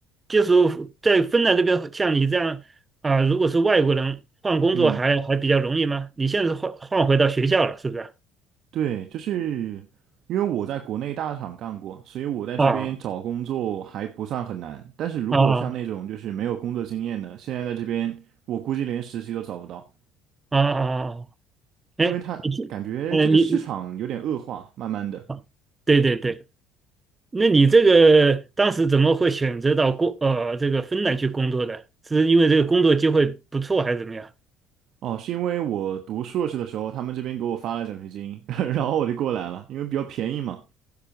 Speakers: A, on the right (about 20°); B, on the right (about 60°).
A: 就是在芬兰这边，像你这样啊、如果是外国人换工作还还比较容易吗？
B: 嗯。
A: 你现在是换换回到学校了，是不是啊？
B: 对，就是因为我在国内大厂干过，所以我在这边找工作还不算很难。
A: 啊
B: 但是如果像那种就是没有工作经验的，
A: 啊
B: 现在在这边我估计连实习都找不到，
A: 啊啊啊！啊！哎，
B: 因为他感觉这个市场有点恶化，
A: 你这，呃，你，你
B: 慢慢的。
A: 啊对对对，那你这个当时怎么会选择到工呃这个芬兰去工作的？是因为这个工作机会不错还是怎么样？
B: 哦，是因为我读硕士的时候，他们这边给我发了奖学金，<laughs> 然后我就过来了，因为比较便宜嘛。